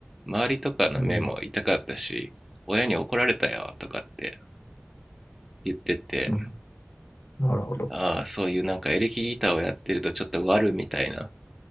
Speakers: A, in the centre; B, on the left.
A: 周りとかの目も痛かったし、
B: うん、
A: 親に怒られたよとかって言ってて、
B: うん。なるほど。
A: ああ、そういうなんかエレキギターをやってるとちょっと悪みたいな、